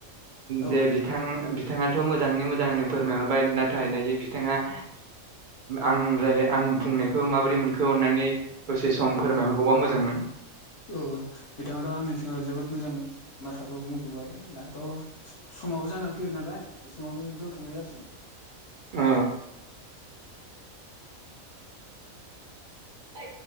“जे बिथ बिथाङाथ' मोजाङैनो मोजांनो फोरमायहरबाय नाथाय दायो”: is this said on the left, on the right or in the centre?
Right